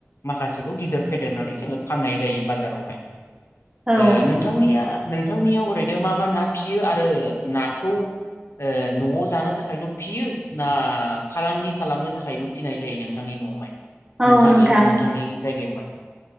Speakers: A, on the left; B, on the right.
A: माखासेखौ गिदिर फेदेरनानै जोङो फाननाय जायो बाजारावहाय
B: औ
A: ओ नोंथांनिया नोंथांनियाव ओरैनो मा मा ना फियो आरो नाखौ ओ न'आव जानो थाखायल' फियो ना फालांगि खालामनो थाखायबो फिनाय जायो नोंथांनि न'आवहाय
B: औ
A: नोंथांनि
B: नोंथां
A: नोंथांनि जायगायावहाय